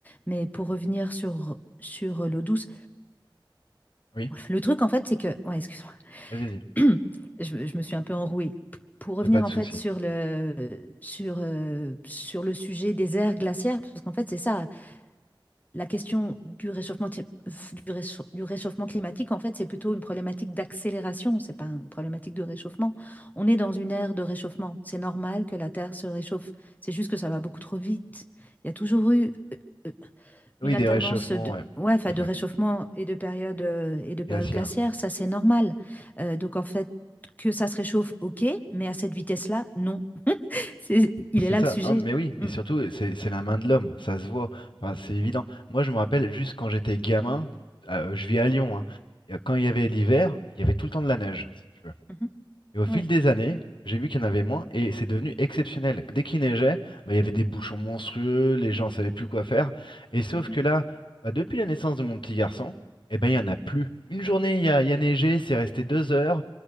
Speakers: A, on the left; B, on the left.
A: Mais pour revenir sur, sur l'eau douce,
B: Oui,
A: le truc, en fait, c'est que... Ouais, excuse-moi.
B: vas-y, vas-y.
A: <clears throat> Je, je me suis un peu enrouée. P- Pour revenir,
B: Y a pas de
A: en
B: souci.
A: fait, sur le, sur, euh, sur le sujet des aires glaciaires, parce qu'en fait, c'est ça la question du réchauffement, ti- du réchau- du réchauffement climatique, en fait, c'est plutôt une problématique d'accélération, c'est pas une problématique de réchauffement. On est dans une ère de réchauffement. C'est normal que la Terre se réchauffe. C'est juste que ça va beaucoup trop vite. Il y a toujours eu euh, euh,
B: Oui,
A: une alternance
B: des réchauffements,
A: de,
B: ouais. Tout
A: ouais, enfin,
B: à fait.
A: de réchauffement et de période, euh, et de période
B: Glaciaires.
A: glaciaire. Ça, c'est normal. Euh, donc, en fait, que ça se réchauffe, ok, mais à cette vitesse-là, non. C'est, il
B: C'est
A: est là
B: ça,
A: le sujet.
B: non, mais oui,
A: Mm.
B: et surtout, c'est c'est la main de l'homme, ça se voit, enfin, c'est évident. Moi, je me rappelle juste quand j'étais gamin, euh, je vis à Lyon, hein, et, euh, quand il y avait l'hiver, il y avait tout le temps de la neige, si tu veux.
A: Mhm.
B: Et au fil
A: Ouais.
B: des années, j'ai vu qu'il y en avait moins, et c'est devenu exceptionnel. Dès qu'il neigeait, bah, il y avait des bouchons monstrueux, les gens savaient plus quoi faire, et sauf
A: Mhm.
B: que là, bah, depuis la naissance de mon petit garçon, eh ben, il n'y en a plus. Une journée, il y a, il y a neigé, c'est resté deux heures,